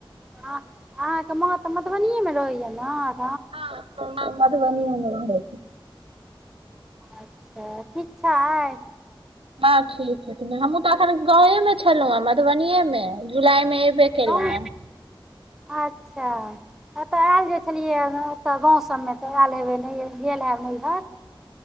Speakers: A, in the centre; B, on the right.
A: हँ अहाँके माँ तऽ मधुबनिएमे रहैया न?
B: हँ हमर माँ मधुबनिएमे रहै छै।
A: अच्छा ठीक छैये।
B: हाँ ठीक है। हमहूँ तऽ अखन गावे मे छलहुँ हां मधुबनीेये मे जुलाई मे एबे केलहुँ
A: गाँव
B: हन।
A: अच्छा एतऽ आयल जाइ छलियै ओतऽ गाँव सबमे तऽ एल हेबै नहि गेल हयब नैहर।